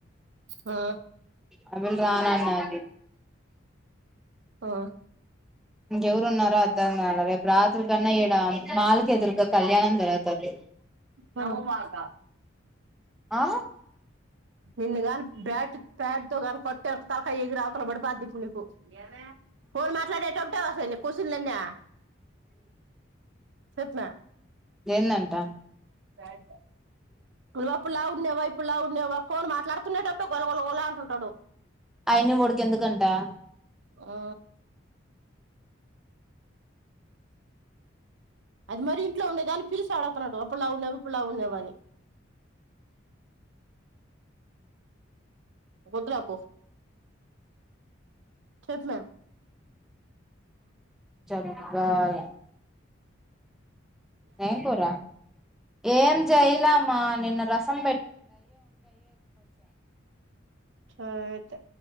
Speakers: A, on the right; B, in the centre.
A: ఆ
B: ఆ పిల్ల రాను అన్నాది
A: ఆ
B: ఇంకా ఎవరు ఉన్నారో అర్థం కాలే రేపు రాత్రి క అన్నా మాల్ మాల్కి ఎదురుగా కళ్యాణం జరుగుతది
A: నవమాస
B: ఆ
A: నిన్ను గాని బ్యాట్ బ్యాట్ తో కాని కొట్టను అనుకో తలకాయ ఎగిరి అవతల బడతది పాద్ది పులిపో ఉ ఏమే ఫోన్ మాట్లాడేటప్పుడు వస్తాయి నీ క్వాషన్లు అన్ని చెప్పుమా
B: ఏందంట
A: రాయొద్ద ఆప్పుడు లావు ఉన్నవ ఇప్పుడు లావు ఉన్నవ ఫోన్ మాట్లాడుతునేటప్పుడు గొలగొలగోలా అంటుంటాడు
B: అయన్ని వాడికి ఎందుకంట
A: ఆ అది మరి ఇంట్లో ఉండేది దాన్ని పిలిసి ఆడుగుతున్నాడు అప్పుడు లావు ఉన్నావ ఇప్పుడు లావు ఉన్నావ అని వద్దులే పో చెప్పమ్మా
B: <unintelligible> ఏం కూర ఏం చేయలామ్మా నిన్న రసం
A: సరే అయితే